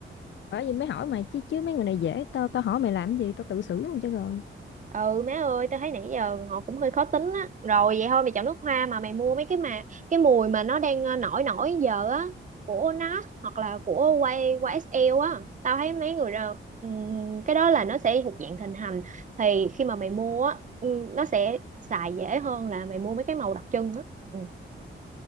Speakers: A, on the left; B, on the right.
A: bởi vì mới hỏi mày chứ chứ mấy người này dễ tao tao hỏi mày làm gì tao tự xử luôn cho rồi
B: ừ má ơi tao thấy nãy giờ họ cũng hơi khó tính á rồi vậy thôi mày chọn nước hoa mà mày mua mấy cái mà cái mùi mà nó đang ờ, nổi nổi giờ á của NARS hoặc là của quay qua SL á tao thấy mấy người đó, ừm, cái đó là nó sẽ thuộc dạng thịnh hành thì khi mà mày mua á ừm, nó sẽ xài dễ hơn là mày mua mấy cái màu đặc trưng á ừ.